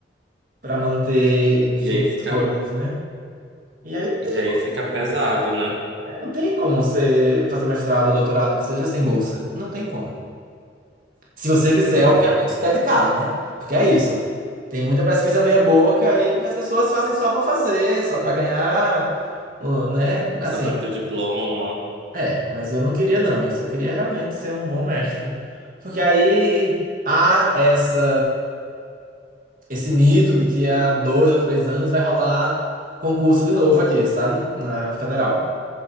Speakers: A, on the right; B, on the right.
A: Pra manter, enfim,
B: E aí
A: as
B: fica,
A: coisas, né? E aí não tem,
B: e aí fica pesado, né?
A: é, não tem como você fazer mestrado ou doutorado que seja sem bolsa. Não tem como. Se você quiser,
B: Uhum.
A: obviamente, se dedicar, né? Porque é isso. Tem muita pesquisa meia-boca aí, porque as pessoas fazem só pra fazer, só pra ganhar, uh, né? Assim,
B: Só pra ter diploma,
A: é, mas eu não queria, não. Isso eu só queria realmente ser um bom mestre. Porque aí há essa, esse mito de que há dois ou três anos vai rolar concurso de novo aqui, sabe? Na federal.